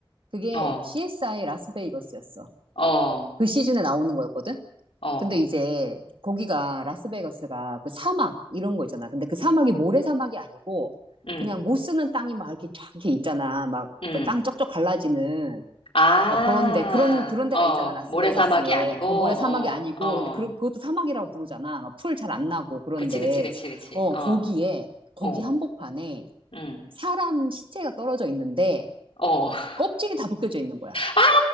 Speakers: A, on the right; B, on the left.
A: 그게
B: 어,
A: CSI 라스베이거스였어.
B: 어,
A: 그 시즌에 나오는 거였거든?
B: 어,
A: 근데 이제 거기가 라스베가스가 그 사막 이런 거 있잖아. 근데 그 사막이 모래사막이 아니고
B: 음,
A: 그냥 못 쓰는 땅이 막 이렇게 쫙 이렇게 있잖아. 막
B: 음.
A: 뭐 땅 쩍쩍 갈라지는
B: 아,
A: 막 그런데 그런 그런 데가
B: 어,
A: 있잖아. 라스베이거스에
B: 모래사막이 아니고, 어,
A: 어, 모래사막이 아니고
B: 어.
A: 근데 그, 그것도 사막이라고 부르잖아. 막 풀 잘 안 나고 그런데
B: 그치, 그치, 그치, 그치.
A: 어
B: 어,
A: 거기에 거기
B: 어,
A: 한복판에
B: 음,
A: 사람 시체가 떨어져 있는데
B: 어. <laughs>
A: 껍질이 다 벗겨져 있는 거야.
B: 아,